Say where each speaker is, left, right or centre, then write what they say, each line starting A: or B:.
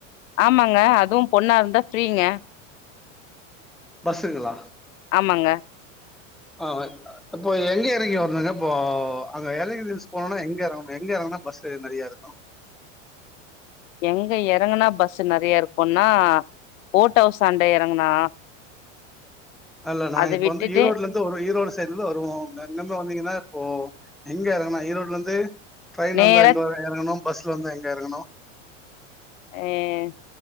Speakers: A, on the left; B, in the centre.
A: ஆமாங்க அதுவு பொண்ணா இருந்தா ஃப்ரீங்க
B: பஸ்ஸுங்களா
A: ஆமாங்க
B: ஆஹ் இப்போ எங்க எறங்கி வரனுங்க இப்போ அங்க ஏலகிரிஸ் போனுனா எங்க எறங்கணு எங்க எறங்குனா பஸ்சு நெறய இருக்கு
A: எங்க எறங்குனா பஸ் நெறயா இருக்குன்னா போட் அவுஸ் ஆண்ட எறங்குனா
B: அல்ல நா
A: அத
B: இப்ப
A: விட்டுட்டு
B: வந்து ஈரோடுல இருந்து வருவே ஈரோடு சைட்ல இருந்து வருவோ <unintelligible> வந்தீங்கன்னா ஓ எங்க எறங்கனா ஈரோட்லருந்து ட்ரெயின்
A: நேரா
B: வந்தா எங்க வர எறங்கணும் பஸ்ல வந்தா எங்க எறங்கணு
A: அஹ்